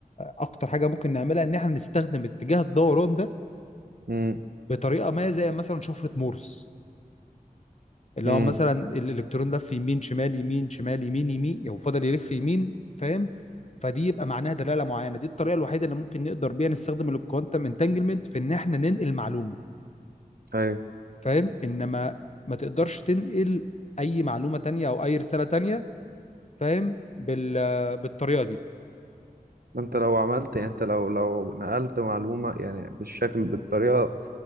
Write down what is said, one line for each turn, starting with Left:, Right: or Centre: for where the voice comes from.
Left: أكتر حاجة ممكن نعملها إن احنا نستخدم اتجاه الدوران ده
Right: امم
Left: بطريقة ما زي مثلا شفرة مورس اللي
Right: امم
Left: هو مثلا الإلكترون لف يمين شمال يمين شمال يمين يمين يعني هو فضل يلف يمين فاهم فدي يبقى معناها دلالة معينة دي الطريقة الوحيدة اللي ممكن نقدر بيها نستخدم الكوانتم انتانجلمنت في إن احنا ننقل معلومة
Right: ايوه
Left: فاهم إنما ما تقدرش تنقل أي معلومة تانية أو أي رسالة تانية فاهم بال... بالطريقه دي
Right: ما انت لو عملت يعني انت لو لو نقلت معلومة يعني بالشكل بالطريقة